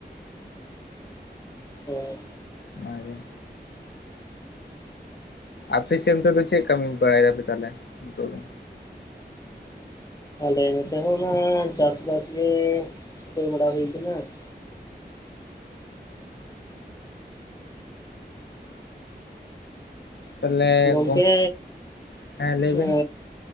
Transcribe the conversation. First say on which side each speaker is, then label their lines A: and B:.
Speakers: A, on the left (about 20°); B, on the left (about 80°).
A: ᱦᱩᱸ
B: ᱚᱱᱟ ᱜᱮᱼᱼ ᱟᱯᱮ ᱥᱮᱱ ᱫᱚ ᱪᱮᱫ ᱠᱟᱹᱢᱤ ᱵᱟᱲᱟᱭ ᱫᱟᱯᱮ ᱛᱟᱦᱚᱞᱮ ᱱᱤᱛᱳ ᱫᱚ?
A: ᱟᱞᱮ ᱱᱚᱛᱮ ᱦᱚᱸ ᱢᱟ ᱪᱟᱥᱵᱟᱥ ᱜᱮ ᱪᱷᱩᱴᱟᱹᱣ ᱵᱟᱲᱟ ᱦᱩᱭᱩ ᱠᱟᱱᱟ ᱾
B: ᱛᱟᱦᱚᱞᱮ
A: ᱜᱚᱢᱠᱮ
B: ᱜᱚᱝ ᱦᱮᱸ ᱞᱟᱹᱭ ᱵᱤᱱ
A: ᱮ